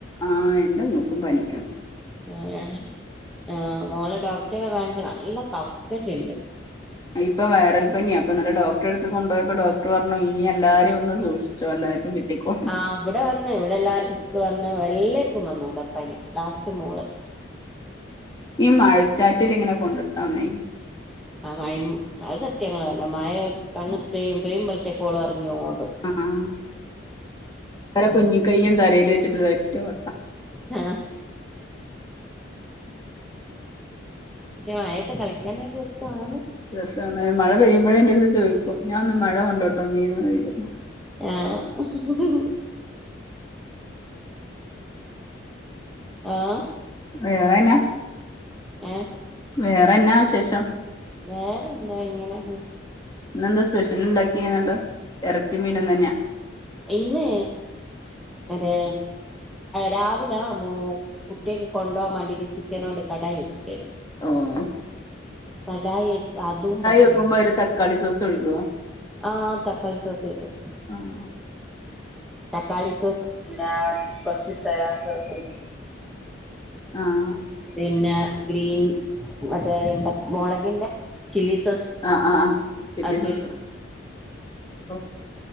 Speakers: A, on the left (about 20°); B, in the centre.
A: ആഹ എന്റെ മോക്കും പനി
B: ആ ഞൻ ആ മോളെ ഡോക്ടറെ കാണിച്ചോ നല്ല കഫ്ക്കറ്റ് ണ്ട്
A: ഇപ്പൊ വൈറൽ പനിിയ അപ്പൊ നല്ല ഡോക്ടറെ ടുത്ത് കൊണ്ടോ യപ്പോ ഡോക്ടർ പറഞ്ഞു ഇനി എല്ലാരും ഒന്ന് സൂക്ഷി ചോ എല്ലാർും കിട്ടിക്കും
B: ആ ഇവിടെ വന്ന്ഇവിടെ എല്ലാർ ഇക്ക് വന്ന് എല്ലാർക്കും വന്നു ഇവിടെപ്പനി ലാസ്റ്റ് മോള്
A: ഈ മഴച്ചാറ്റിൽ ഇങ്ങനെ കൊണ്ട്ട്ടാന്നേ
B: ആ മ അത് സത്യാ ങ്ങള് റഞ്ഞ് മഴ അങ്ങനത്തെയും പെയ്യുംപോലത്തേക്ക് ഓള് ഇറങ്ങി ഓടും
A: ആഹ് ഓരെ
B: അതാ
A: കുഞ്ഞിക്കയും തലയില് വെച്ചിട്ട്റ്റോ ട്ട
B: ആഹ് പക്ഷെ മഴത്തെ കളിക്കാനൊരു രസാണ്
A: രസാണ് മഴ പെയ്യുമ്പഴേ എൻറ അടുത്ത് ചോദിക്കും ഞാനൊന്ന് മഴ കൊണ്ടട്ടോ മീന്ന്് ചോയിക്കും
B: ആഹ് ആഹ്
A: എളേന
B: ഏ
A: വേറെ എന്നാ വിശേഷം
B: വേറെന്താ ഇങ്ങനെ
A: ഇന്നെന്താ സ്പെഷ്യൽ ഉണ്ടാക്കിങ്ങണ്ട് എറച്ചി മീനും തന്നെ
B: ഇന്ന് രെ രാവിലാ മോ കുട്ട്യാക്ക് കൊണ്ടകാൻ വാണ്ടിട്ട് ചിക്കനോണ്ട് കടായി വെച്ച്ക്കേന്നു
A: ആഹ
B: കടായി അതും പതിരിയും
A: വെക്കുമ്പോ അതില് തക്കാളി സോസ് ഒഴിക്കോ
B: ആ തക്കാളി സോസയ്ക്കും
A: ആഹ
B: തക്കളി സോ സും എല്ലാ കൊർച്ച് സോയാസോസും
A: ആഹ
B: പിന്നെ ഗ്രീൻ മറ്റേ മുളകിന്റെ ചില്ലി സോസ്
A: ആ ആ ചില്ലി
B: അത്
A: സോസ് ഓ